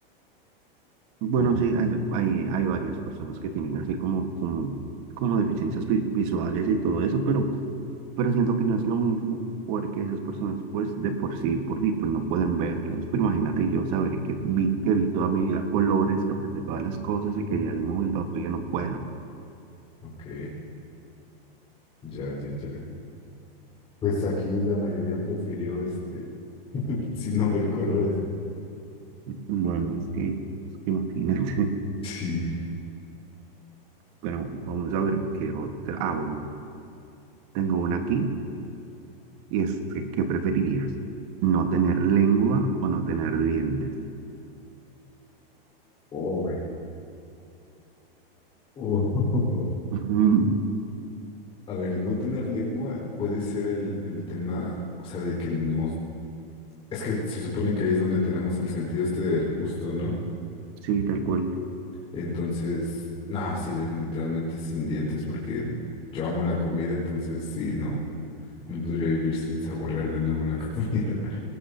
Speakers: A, on the right; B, on the left.
A: Bueno,
B: o
A: sí, hay, hay, hay varias personas que tienen así como, como, como deficiencias vi- visuales y todo eso, pero, pero siento que no es lo mismo porque esas personas pues de por sí, por sí, pues no pueden verlos. Pero imagínate yo saber que vi, que vi toda mi vida colores, que aprecié todas las cosas y que ya de un momento a otro ya no pueda.
B: Ok, ya, ya, ya. Pues aquí la mayoría prefirió este, <laughs> sin no ver colores. eh.
A: Bueno, es que, es que imagínate. <laughs>
B: Sí.
A: Pero bueno, vamos a ver qué otra. Ah, bueno, tengo una aquí. Y es que, ¿qué preferirías? ¿No tener lengua o no tener dientes?
B: Uy. Oh. <laughs>
A: Ujú,
B: A ver, no tener lengua puede ser el, el tema, o sea, de que no. Es que se supone que ahí es donde tenemos el sentido este del gusto, ¿no?
A: Sí, tal cual.
B: Entonces, no, sí, definitivamente sin dientes, porque yo amo la comida, entonces sí, no, no podría vivir sin saborear de nuevo la comida. <laughs>